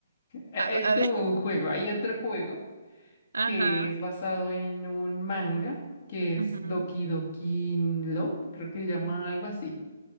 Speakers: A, on the left; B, on the right.
A: hay
B: a,
A: como
B: a ver.
A: un juego, hay otro juego
B: Ajá.
A: que es basado en un manga que
B: ujú,
A: es Doki Doki Love, creo que se llama algo así.